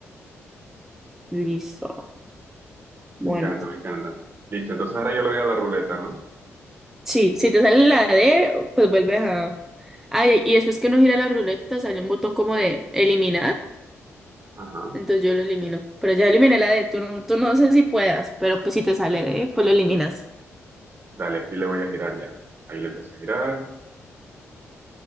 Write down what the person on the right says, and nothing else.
Me
encanta, me encanta. Listo, entonces ahora yo le doy a la ruleta, ¿no?
Ajá.
Dale, aquí le voy a girar ya. Ahí le empecé a girar.